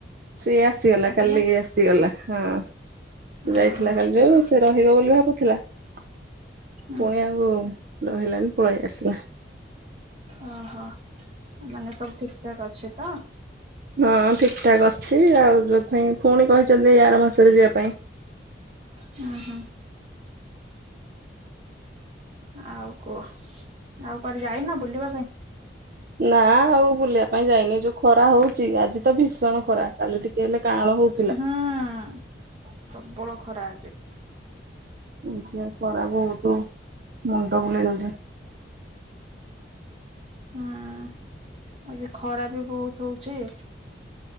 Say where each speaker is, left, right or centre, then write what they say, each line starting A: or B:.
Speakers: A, on the right (about 55°); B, on the right (about 35°).
A: ସିଏ ଆସିଗଲା,
B: ଆସିଲା
A: କାଲି ଆସିଗଲା ହଁ ସେ ଯାଇଥିଲା
B: ଓହୋ
A: କାଲି ଯୋଉ ସେ ରହିବ ବୋଲି
B: ହୁଁ
A: ଭାବୁଥିଲା ପୁଣି
B: ହୁଁ
A: ଆଉ ରହିଲାନି ପଳେଇ ଆସିଲା
B: ଓହୋ ମାନେ ସବୁ ଠିକ ଠାକ୍ ଅଛି ତ।
A: ହଁ ଠିକଠାକ୍ ଅଛି ଆଉ ତଥାପି ଫୁଣି କହିଛନ୍ତି ଏଇ ଆର ମାସରେ ଯିବା ପାଇଁ
B: ହୁଁ ହୁଁ ଆଉ କୁହ ଆଉ କୁଆଡେ ଯାଇନ ବୁଲିବା ପାଇଁ?
A: ନା ଆଉ ବୁଲିବା ପାଇଁ ଯାଇନି ଯୋଉ ଖରା ହୋଉଚି ଆଜି ତ ଭୀଷଣ ଖରା କାଲି ଟିକେ ହେଲେ କାଅଁଳ ହୋଉ
B: ହଁ ପ୍ରବଳ ଖରା ଆଜି।
A: ଆଜିପା ଖରା ବୋହୁତୁ ମୁଣ୍ଡ ବୁଲେଇ ଦୋଉଚି।
B: ହୁଁ ଆଜି ଖରା ବି ବୋହୁତୁ ହଉଚି।